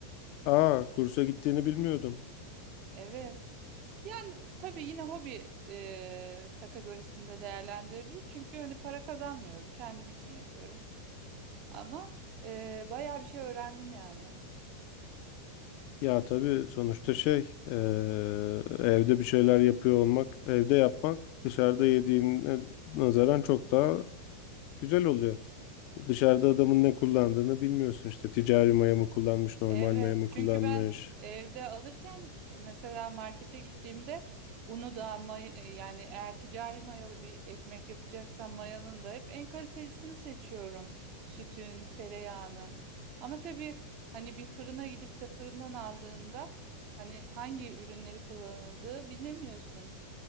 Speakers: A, on the left; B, on the right.
A: Aa, kursa gittiğini bilmiyordum.
B: Evet. Yani tabii yine hobi e, kategorisinde değerlendirebilir. Çünkü hani para kazanmıyorum. Kendim için yapıyorum. Ama e, bayağı bir şey öğrendim yani.
A: Ya tabii sonuçta şey, eee, evde bir şeyler yapıyor olmak, evde yapmak dışarıda yediğine nazaran çok daha Güzel oluyor. Dışarıda adamın ne kullandığını bilmiyorsun işte. Ticari maya mı kullanmış, normal
B: Evet,
A: maya mı
B: çünkü
A: kullanmış.
B: ben evde alırken mesela markete gittiğimde unu da may yani eğer ticari mayalı bir ekmek yapacaksam mayanın da hep en kalitelisini seçiyorum. Sütün, tereyağının. Ama tabii hani bir fırına gidip de fırından aldığında hani hangi ürünleri kullanıldığı bilemiyorsun.